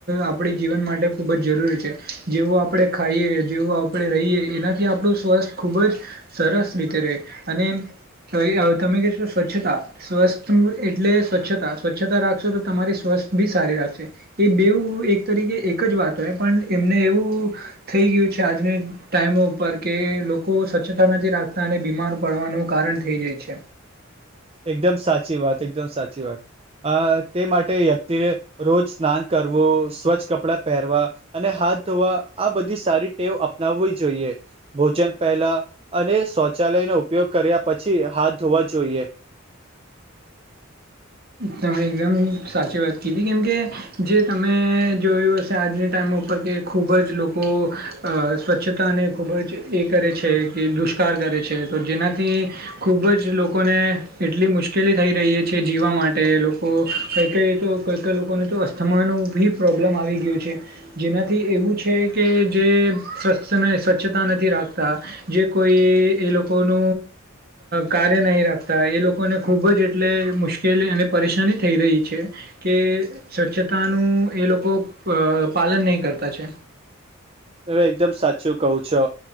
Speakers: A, on the right (about 50°); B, on the right (about 30°).
A: આપડી જીવન માટે ખૂબ જ જરૂરી છે જેવું આપણેે ખાઈએ જેવું આપણે રહીએ એનાથી આપણું સ્વાસ્થ ખૂબ જ સરસ રીતે રહે અને તો તમે કશો સ્વચ્છતા સ્વસ્થ એટલે સ્વચ્છતા સ્વચ્છતા રાખશો તો તમારી સ્વ સારીખ એ બેવ એક તરીકે એક જ વાતો પણ એમને એવું થ ગયું ું છે આજ મે ટાઈમો ઉપર કે લોકો સ્વચ્છતા નથી રાખતા અને બીમાર પડવાનું કારણ થઈ જાય છે
B: એકદમ સાચી વાત એકદમ સાચી વાત અ તે માટે વ્યક્તિરે રોજ સ્નાન કરવું સ્વચ્છ કપડાં પહેરવા અનેા આ બધી સારી ટેવ અપનાવવી જોઈએ ભોજન પહેલા અને શૌચ લયને ઉપયોગ કર્યા પછી હાથ ધોવા જોઈએ
A: તમે એકદમ સાચી વાત કીધી કેમકે જે તમે જોયું હશે આજે ટાઈમો ઉપર કે ખૂબ જ લોકો સ્વચ્છતા અને ખૂબ જ એ કરે છે કે પુષ્કાર કરે છે તો જેનાથી ખૂબ જ લોકોને એટલી મુશ્કેલી થઈ રહી છે છે જીવવા માટે લોકો કઈ કઈ તો કઈ કઈ લોકોને તો અસ્થમાનું બી પ્રોબ્લમ આવી ગયયો છે જેનાથી એવું છે કે જે સ્વ્છતા નથી રાખતા કોઈ એ લોકો ન કાર્ય નહી રાખતા એ લોકોને ખુબ જ એટલે મુશ્કેલી અને પરેશાની થઈ રહી છે કે સ્વચ્છતાનું એ લોકો પાલન નહીં કરતા છે
B: હ એકદમ સાચું કહું છો